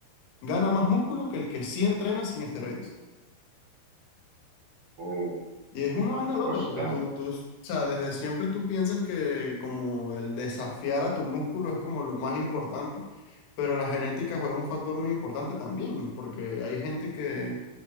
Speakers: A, on the left; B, on the right.
A: gana más músculo que el que sí entrena sin esteroides.
B: Uh,
A: Y es una vaina loca
B: por eso
A: porque
B: está-
A: tú, tú, o sea, desde siempre tú piensas que como el desafiar a tu músculo es como lo más importante, pero la genética juega un factor muy importante también, porque hay gente que,